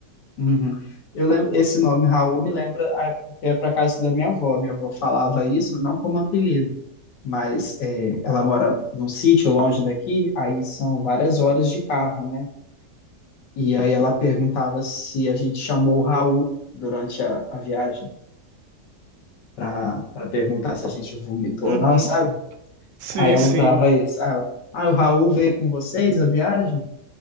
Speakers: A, on the left; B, on the right.
A: Uhum. Eu lembro, esse nome Raul me lembra a época que é para casa da minha avó. Minha avó falava isso, não como apelido, mas é, ela mora num sítio longe daqui, aí são várias horas de carro, né? E aí ela perguntava se a gente chamou o Raul durante a a viagem. pra, pra perguntar se a gente vomitou
B: Uhum.
A: ou não, sabe?
B: Sim,
A: Aí ela
B: sim.
A: usava isso. Aí ela, ah, o Raul veio com vocês a viagem?